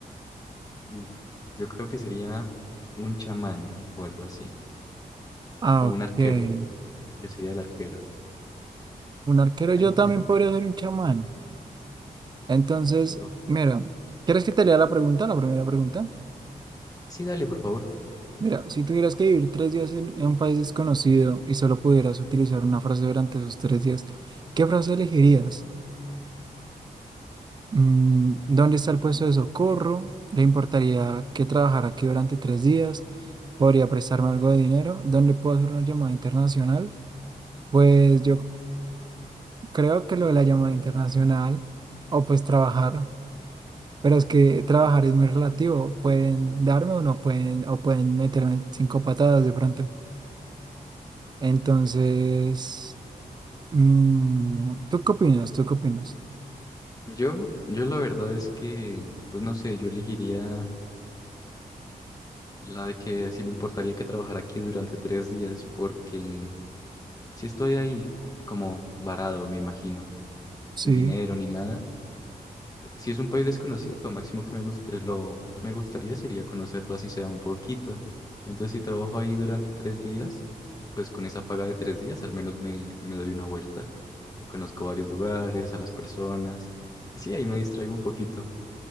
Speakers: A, on the left; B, on the right.
A: Uf, yo creo que sería un chamán o algo así.
B: Ah,
A: O un
B: ok.
A: arquero. Yo sería el arquero.
B: Un arquero,
A: Ay.
B: yo también
A: <laughs>
B: podría ser un chamán. Entonces,
A: Ok.
B: mira, ¿quieres que te lea la pregunta, la primera pregunta?
A: Sí, dale, por favor.
B: Mira, si tuvieras que vivir tres días en, en un país desconocido y solo pudieras utilizar una frase durante esos tres días, ¿qué frase elegirías? Mm, ¿dónde está el puesto de socorro? ¿Le importaría que trabajara aquí durante tres días? ¿Podría prestarme algo de dinero? ¿Dónde puedo hacer una llamada internacional? Pues yo creo que lo de la llamada internacional o pues trabajar. Pero es que trabajar es muy relativo. Pueden darme o no pueden, o pueden meterme cinco patadas de pronto. Entonces, mm, ¿tú qué opinas? ¿Tú qué opinas?
A: Yo, yo la verdad es que, pues no sé, yo elegiría la de que sí le importaría que trabajara aquí durante tres días, porque si estoy ahí como varado, me imagino,
B: Sí.
A: sin dinero ni nada, Si es un país desconocido, lo máximo que me gust- eh, lo que me gustaría sería conocerlo así sea un poquito. Entonces, si trabajo ahí durante tres días, pues con esa paga de tres días al menos me, me doy una vuelta y conozco varios lugares, a las personas. Y sí, ahí me distraigo un poquito.